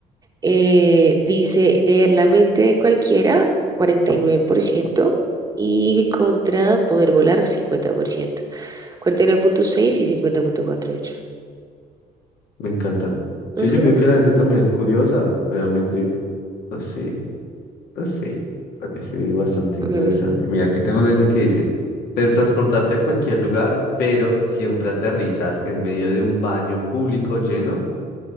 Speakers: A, on the right; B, on the left.
A: Eh, dice leer la mente de cualquiera, cuarenta y nueve por ciento y contra poder volar, cincuenta por ciento. Cuarenta y nueve punto punto seis y cincuenta punto cuarenta y ocho.
B: Me encanta. Sí,
A: Ujú,
B: yo creo que la gente también es curiosa, obviamente, no sé. No sé, parece bastante interesante.
A: me gusta.
B: Mira, aquí tengo desde que dice, transportarte a cualquier lugar, pero siempre aterrizas en medio de un baño público lleno.